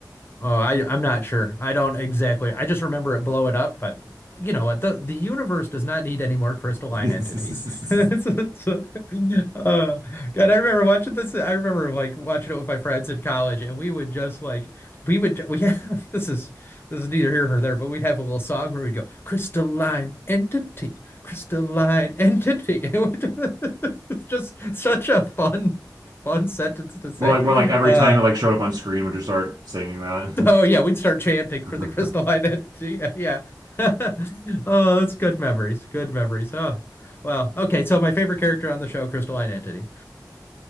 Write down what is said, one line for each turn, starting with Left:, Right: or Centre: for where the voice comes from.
Left: Oh, I I'm not sure. I don't exactly. I just remember it blow it up, but you know what? The the universe does not need any more crystalline
Right: <laughs>
Left: entities. <laughs> It's- it's- uh, God, I remember watching this. I remember like watching it with my friends in college, and we would just like we would we <laughs> have this is this is neither here nor there, but we'd have a little song where we'd go crystalline entity, crystalline entity. <laughs> It would, it's just such a fun fun sentence to say.
Right: Well, like, well, like every
Left: Uh,
Right: time it like showed up on screen, would you start singing that?
Left: <laughs> Oh yeah, we'd start chanting for
Right: <laughs>
Left: the crystal identity. <laughs> Yeah. <laughs> Oh, that's good memories. Good memories. Oh, wow. Okay, so my favorite character on the show, Crystal Identity.